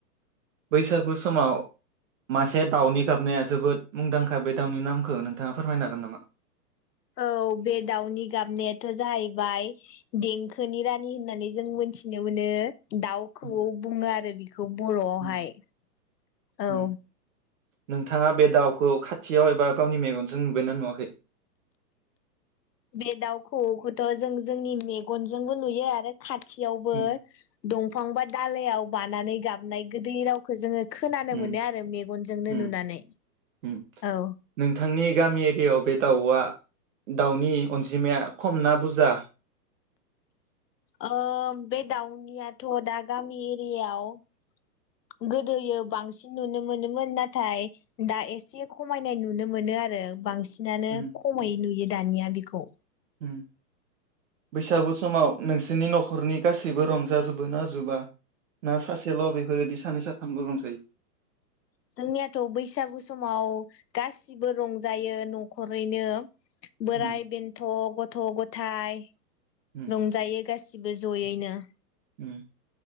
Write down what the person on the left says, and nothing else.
औ बे दाउनि गाबनायाथ' जाहैबाय देंखोनि रानि होननानै जों मोनथिनो मोनो। दाउ खौवौ
बुङो आरो बि बेखौ बर'आवहाय
औ
बे दाउ खौवौथ जों जोंनि मेगनजोंबो नुयो आरो खाथियावबो
दंफां बाय दालायाव बानानै गाबनाय गोदै रावखौ जोङो खोनानो
मोनो आरो मेगनजोंनो
नुनानै
औ।
ओ बे दाउनियाथ दा गामि एरियाव गोदोयो बांसिन नुनो मोनोमोन नाथाय दा एसे खमायनाय नुनो मोनो आरो। बांसिनानो
खमै नुयो। दानिया बिखौ
जोंनियाथ' बैसागु समाव गासिबो रंजायो न'खरैनो। बोराइ
बेन्थ' गथ' गथ थाइ
रंजायो गासि सिबो जयैनो।